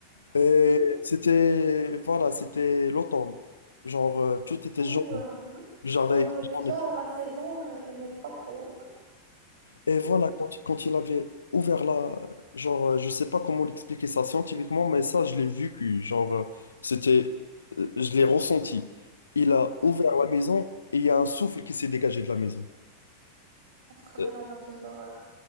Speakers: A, on the left (about 70°); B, on the right (about 60°).
A: Et
B: Mhm.
A: c'était, voilà, c'était l'automne. Genre, euh, tout était
B: Ou,
A: jaune.
B: euh, <laughs>
A: Le jardin
B: ouais,
A: était
B: ouais, déjà,
A: jaune.
B: la saison, euh, elle n'aide pas trop.
A: Et voilà,
B: Mhm,
A: quand, quand il avait ouvert la... Genre, euh, je sais pas comment l'expliquer ça scientifiquement, mais ça, je l'ai vu que, genre, euh, c'était... euh, Je l'ai ressenti. Il a ouvert
B: mhm.
A: la maison et il y a un souffle qui s'est dégagé de la maison.
B: On se croirait
A: Euh,
B: dans un film d'horreur.